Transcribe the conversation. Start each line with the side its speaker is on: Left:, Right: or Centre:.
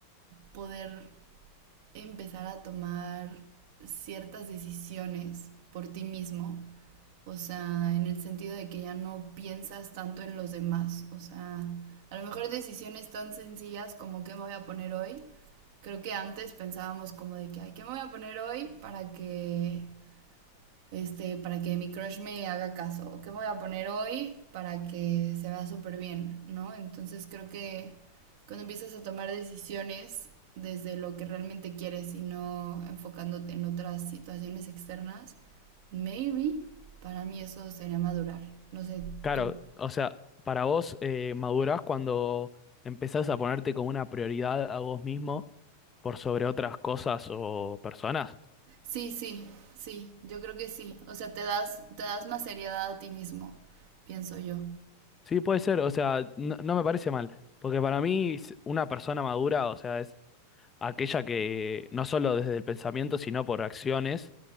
Right: poder empezar a tomar ciertas decisiones por ti mismo, o sea, en el sentido de que ya no piensas tanto en los demás, o sea, a lo mejor decisiones tan sencillas como qué me voy a poner hoy, creo que antes pensábamos como de que, ay, ¿qué me voy a poner hoy para que este, para que mi crush me haga caso, qué voy a poner hoy para que se vea súper bien, ¿no? Entonces creo que cuando empiezas a tomar decisiones desde lo que realmente quieres y no enfocándote en otras situaciones externas, maybe para mí eso sería madurar. No sé,
Left: Claro,
Right: tú.
Left: o sea, para vos eh, madurás cuando empezás a ponerte como una prioridad a vos mismo por sobre otras cosas o personas.
Right: Sí, sí, sí, yo creo que sí. O sea, te das, te das más seriedad a ti mismo, pienso yo.
Left: Sí, puede ser, o sea, no, no me parece mal, porque para mí s- una persona madura, o sea, es aquella que no solo desde el pensamiento, sino por acciones,